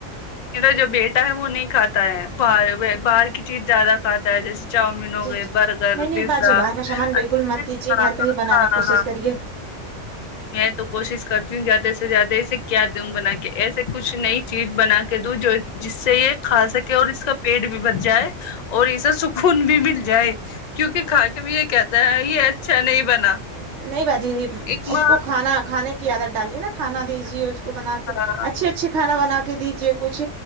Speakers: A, on the left; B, on the right.
A: میرا جو بیٹا ہے وہ نہیں کھاتا ہے باہر باہر کی چیز زیادہ کھاتا ہے جیسے چاؤمین ہو
B: جی
A: گئے
B: جی
A: برگر
B: نہیں نہیں
A: پیزا
B: باجی باہر کا سامان بالکل
A: اچ
B: مت دیجیے
A: ہاں
B: گھر کا
A: ہاں
B: ہی بنانے کی کوشش
A: ہاں
B: کریے
A: میں تو کوشش کرتی ہوں زیادہ سے زیادہ اسے کیا دوں بنا کے ایسے کچھ نئی چیز بنا کے دوں جو جس سے یہ کھا سکے اور اس کا پیٹ بھی بچ جائے اور اسے سکون بھی مل جائے کیونکہ کھا کے بھی یہ کہتا ہے یہ اچھا نہیں بنا
B: نہیں باجی
A: ایک ماں
B: اس کو کھانا کھانے کی عادت ڈالیے نا کھانا دیجیے اس کو بنا کے
A: ہاں
B: اچھے اچھے کھانا بنا کے دیجے کچھ